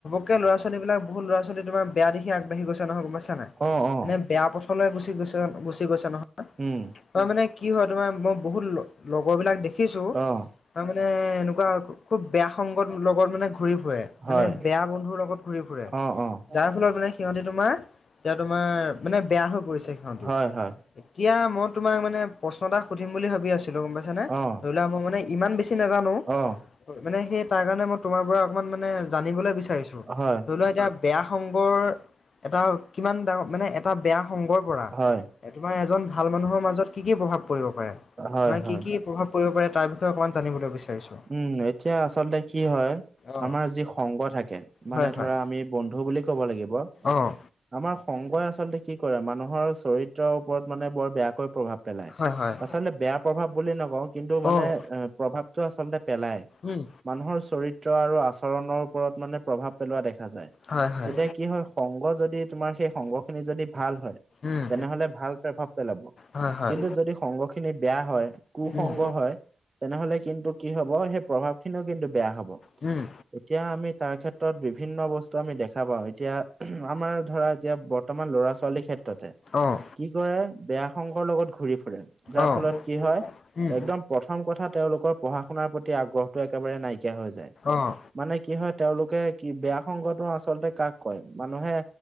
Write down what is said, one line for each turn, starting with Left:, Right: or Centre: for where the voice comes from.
Left: <unintelligible> ল'ৰা ছোৱালীবিলাক বহুত ল'ৰা ছোৱালী তোমাৰ বেয়া দিখে আগবাঢ়ি গৈছে নহয় গম পাইছা নাই নে,
Right: অ', অ',
Left: মানে বেয়া পথলৈ গুচি গৈছে গুচি গৈছে নহয়।
Right: উম।
Left: তাৰ মানে কি হয় তোমাৰ মই বহুত লগৰ বিলাক দেখিছোঁ।
Right: অ',
Left: তাৰ মানে এনেকুৱা খুব বেয়া সংগত লগত মানে ঘূৰি ফুৰে, মানে
Right: হয়
Left: বেয়া বন <unintelligible> লগত ঘুৰি ফুৰে,
Right: অ', অ',
Left: যাৰ ফলত মানে সিঁহতি তোমাৰ, এতিয়া তোমাৰ মানে বেয়া হৈ পৰিছে। সিহঁতো
Right: হয় হয়।
Left: এতিয়া মই তোমাক মানে প্ৰশ্ন এটা সুধিম বুলি ভাবি আছিলোঁ গম পাইছানে।
Right: অ',
Left: ধৰিলা মই মানে ইমান বেছি নাজানো।
Right: অ',
Left: মানে সেই তাৰ কাৰণে মই তোমাৰ পৰা অকমান মানে জানিবলৈ বিচাৰিছোঁ।
Right: হয়
Left: ধৰি লোৱা এতিয়া বেয়া সংগৰ এটা কিমান ডাঙৰ মানে এটা বেয়া সংগৰ পৰা
Right: হয়
Left: তোমাৰ এজন ভাল মানুহৰ মাজত কি কি প্ৰভাৱ পৰিব পাৰে,
Right: হয়
Left: তোমাৰ
Right: হয়
Left: কি কি প্ৰভাৱ পৰি পাৰে তাৰ বিষয়ে অকণমান জানলৈ বিচাৰিছোঁ।
Right: উম, এতিয়া আচলতে কি হয়
Left: অ'
Right: আমাৰ যি সংগ থাকে।
Left: হয়
Right: মানে
Left: হয়
Right: ধৰা আমি বন্ধু বুলি ক'ব লাগিব।
Left: অ'
Right: আমাৰ সংগই আচলতে কি কৰে মানুহৰ চৰিত্ৰৰ ওপৰত মানে বৰ বেয়াকৈ প্ৰভাৱ পেলায়।
Left: হয় হয়
Right: আচলতে বেয়া প্ৰভাৱ বুলি নকওঁ কিন্তু মানে
Left: অ'
Right: এ, প্ৰভাৱটো আচলতে পেলাই,
Left: উম
Right: মানুহৰ চৰিত্ৰ আৰু আচৰণৰ ওপৰত মানে প্ৰভাৱ পেলোৱা দেখা যায়,
Left: হয় হয়
Right: এতিয়া কি হয় সংগ যদি তোমাৰ সেই সংগ খিনি যদি ভাল হয়।
Left: উম
Right: তেনেহ'লে ভাল প্ৰেভাৱ পেলাব।
Left: হয় হয়
Right: কিন্তু যদি সংগ খিনি বেয়া হয, কু
Left: উম
Right: সংগ হয় তেনেহ'লে কিন্তু কি হ'ব সেই প্ৰভাৱ খিনিও কিন্তু বেয়া হ'ব।
Left: উম
Right: এতিয়া আমি তাৰ ক্ষেত্ৰত বিভিন্ন বস্তু আমি দেখা পাওঁ এতিয়া আমাৰ ধৰা এতিয়া বৰ্তমান ল'ৰা ছোৱালীৰ ক্ষেত্ৰতে,
Left: অ'
Right: কি কৰে বেয়া সংগৰ লগত ঘূৰি ফুৰে যাৰ
Left: অ'
Right: ফলত কি হয়
Left: উম
Right: একদম প্ৰথম কথা তেওঁলোকৰ পঢ়া শুনাৰ প্ৰতি আগ্ৰহটো একেবাৰে নাইকিয়া হৈ যায়।
Left: অ'
Right: মানে কি হয় তেওঁলোকে কি বেয়া সংগটো আচলতে কাক কয় মানুহে